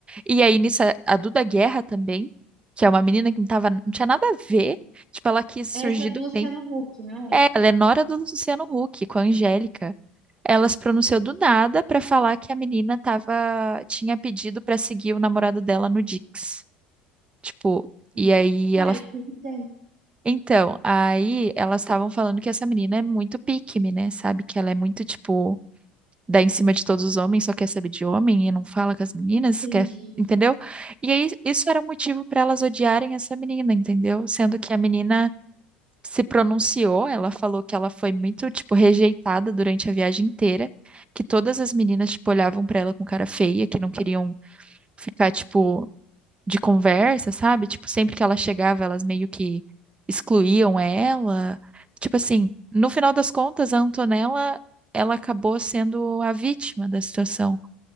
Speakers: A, on the right; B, on the right.
A: E aí, nisso, a a Duda Guerra também, que é uma menina que não tava, não tinha nada a ver. Tipo, ela quis surgir
B: Essa é a do
A: do
B: Luciano
A: bem.
B: Huck, não é?
A: É, ela é nora do Luciano Huck, com a Angélica. Ela se pronunciou do nada pra falar que a menina tava, tinha pedido pra seguir o namorado dela no Dix. Tipo,
B: Hum,
A: e aí
B: Tá,
A: ela.
B: eu até
A: Então, aí elas estavam falando que essa menina é muito pique-me, né? Sabe? Que ela é muito, tipo, dá em cima de todos os homens, só quer saber de homem e não fala com as meninas,
B: entendi.
A: quer, entendeu? E aí isso era motivo para elas odiarem essa menina, entendeu? Sendo que a menina se pronunciou, ela falou que ela foi muito, tipo, rejeitada durante a viagem inteira, que todas as meninas, tipo, olhavam para ela com cara feia, que não queriam ficar, tipo, de conversa, sabe? Tipo, sempre que ela chegava, elas meio que excluíam ela. Tipo assim, no final das contas, a Antonella, ela acabou sendo a vítima da situação.